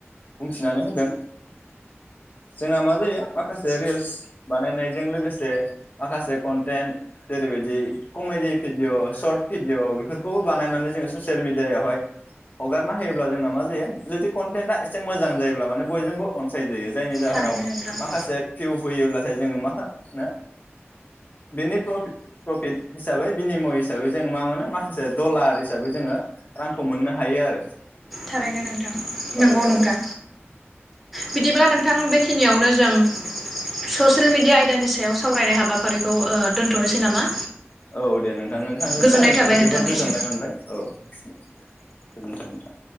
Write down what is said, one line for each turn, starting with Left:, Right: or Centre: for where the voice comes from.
Left: बुंथिनानै होदों जोंना मा जायो। माखासे रिल्स बानायनायजों लोगोसे माखासे कन्टेन्ट जेरैबायदि कमेडि भिडिअ सर्ट भिडिअ बेफोरखौबो बानायनानै जोङो ससियेल मिेडियाायावहाय हगारना होयोब्ला जोंना मा जायो जुदि कनटेन्टआ एसे मोजां जायोब्ला माने बयजोंबो अनसायजायो। जायनि जाहोनाव
Centre: थारैनो नोंथां।
Left: माखासे फिउ फैयोब्लाथाय जोङो मानो बेनि प्रफिट हिसाबै बिनिमय हिसाबै जोङो मा मोनो माखासे दडलार हिसाबै जोङो रांखौ मोननो हायो आरो।
Centre: थारैनो नोंथां नंगौ
Left: औ औ
Centre: नोंथां। बिदिब्ला नोंथां बेखिनियावनो जों ससियेल मेडिया आयदानि सायाव सावरायनाय हाबाफारिखौ ओ दोन्थनोसै नामा।
Left: औ दे नोंथां नोंथांजों
Centre: गोजोननाय
Left: सावरायनानै
Centre: थाबाय नोंथांनिसिम।
Left: जोबोर गोजोननाय मोनबाय औ। गोजोनथों नोंथां।